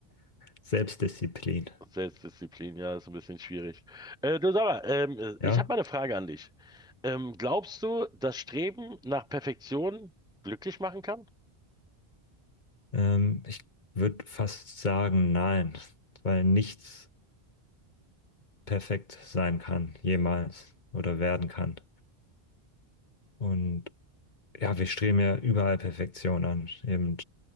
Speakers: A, on the left; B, in the centre.
A: Selbstdisziplin.
B: Selbstdisziplin, ja, ist ein bisschen schwierig. Äh, du sag mal, ähm,
A: Ja?
B: ich habe mal eine Frage an dich. Ähm, glaubst du, das Streben nach Perfektion glücklich machen kann?
A: Ähm, ich würde fast sagen, nein, weil nichts perfekt sein kann, jemals oder werden kann. Und ja, wir streben ja überall Perfektion an, eben